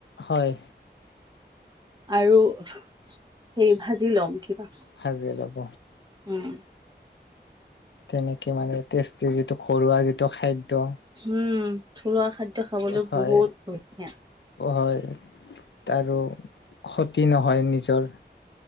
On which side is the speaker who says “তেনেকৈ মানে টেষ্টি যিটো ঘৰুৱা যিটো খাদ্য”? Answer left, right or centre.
Left